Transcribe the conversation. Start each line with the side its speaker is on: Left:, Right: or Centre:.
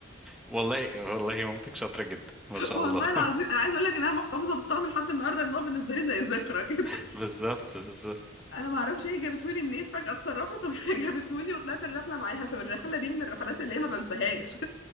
Centre: والله والله مامتك شاطرة جدا ما شاء
Left: والله
Centre: الله
Left: العظيم انا عايزه اقول لك ان انا محتفظه بالطقم لحد النهارده ان هو بالنسبه لي زي ذكرى كده
Centre: <laughs> بالظبط
Left: <laughs>
Centre: بالظبط
Left: انا ما اعرفش هي جابته لي منين فجاه اتصرفت وجابته لي <laughs> وطلعت الرحله معاها فالرحله دي من الرحلات اللي هي ما بنساهاش